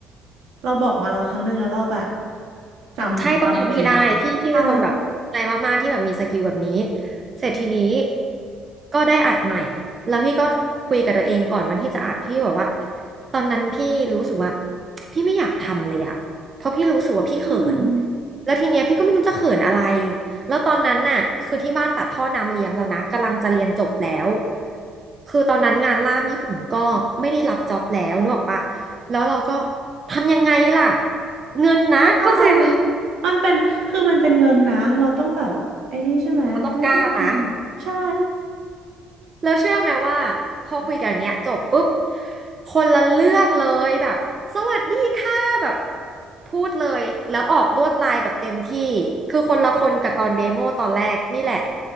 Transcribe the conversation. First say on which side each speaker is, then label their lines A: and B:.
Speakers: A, on the right; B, on the right.
A: เราบอกมาแล้วครั้งหนึ่งแล้วเราแบบจำจำเลยอ่ะ
B: ใช่ต้องทำให้ได้พี่พี่เป็นคนแบบใจมากๆที่แบบมีสกิลแบบนี้
A: ใช่
B: เสร็จทีนี้ก็ได้อัดใหม่แล้วพี่ก็คุยกับตัวเองก่อนวันที่จะอัดพี่บอกว่าตอนนั้นพี่รู้สึกว่าพี่ไม่อยากทำเลยอะเพราะพี่รู้สึกว่าพี่เขิน
A: อืม
B: แล้วทีเนี้ยพี่ก็ไม่รู้จะเขินอะไรแล้วตอนนั้นน่ะคือที่บ้านตัดท่อน้ำเลี้ยงแล้วนะกำลังจะเรียนจบแล้วคือตอนนั้นงานล่ามญี่ปุ่นก็ไม่ได้รับจ็อบแล้วนึกออกปะแล้วเราก็ทำยังไงล่ะเงินนะเข้าใจปะ
A: เออมันเป็นคือมันเป็นเงินนะ เราต้องแบบไอ้นี่ใช่ไหมเราก็ต้องทำใช่
B: เราต้องกล้านะ แล้วเชื่อไหมว่าพอคุยกันเนี้ยจบปุ๊บคนละเรื่องเลยแบบสวัสดีค่ะแบบพูดเลยแล้วออกลวดลายแบบเต็มที่คือคนละคนกับตอนเดโมตอนแรกนี่แหละ